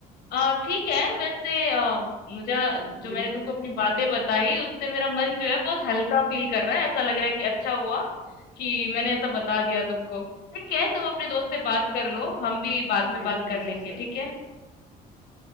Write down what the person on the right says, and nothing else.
बिल्कुल
बिल्कुल।
नहीं
नहीं मुझे
भी
लग
रहा
है